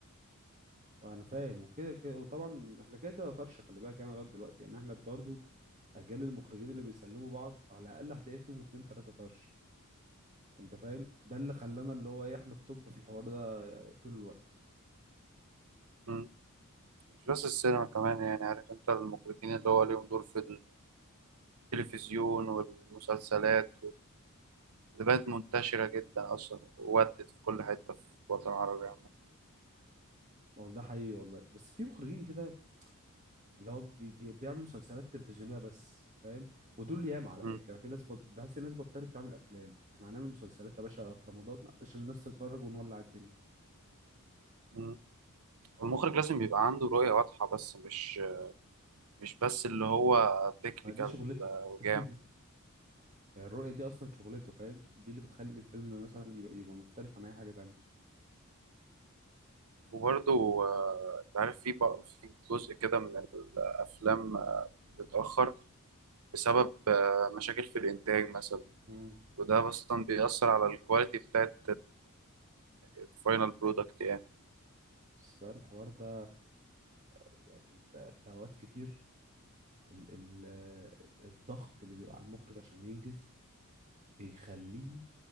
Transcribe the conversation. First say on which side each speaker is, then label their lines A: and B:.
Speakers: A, on the right; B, on the right.
A: انا فاهم وكده كده وطبعا احنا كده كده طرش خلي بالك يعني لغايه دلوقتي يعني احنا برضو اجيال المخرجين اللي بيسلموا بعض على الاقل هتلاقي فيهم اتنين تلاته طرش انت فاهم ده اللي خلانا اللي هو ايه احنا التوب في الحوار ده طول الوقت
B: مم. مش بس السينما كمان يعني عارف أنت المخرجين اللي هو ليهم دور في التلفزيون والمسلسلات اللي بقت منتشرة جدا أصلا وودت في كل حتة في الوطن العربي عامة
A: والله ده حقيقي والله بس في مخرجين كده اللي هو بي بي بيعمل مسلسلات تلفزيونيه بس فاهم ودول ياما على
B: مم.
A: فكره يعني في ناس بط... ده حاسس الناس بطلت تعمل افلام احنا هنعمل مسلسلات يا باشا في رمضان عشان الناس تتفرج ونولع الدنيا
B: مم. المخرج لازم يبقى عنده رؤية واضحة بس مش مش بس اللي هو تكنيكال
A: ما دي شغلته
B: وجامد
A: <laughs> يعني الرؤية دي أصلا شغلته فاهم دي اللي بتخلي الفيلم مثلا يبقى, يبقى مختلف عن أي حاجة تانية
B: وبرضه آه، أنت عارف في بقى في جزء كده من الأفلام آه، بتتأخر بسبب آه، مشاكل في الإنتاج مثلا
A: مم.
B: وده أصلا بيأثر على الكواليتي بتاعت الفاينل برودكت يعني
A: بس بقى الحوار ده يعني ده, ده أوقات كتير ال ال الضغط اللي بيبقى على المخرج عشان ينجز بيخليه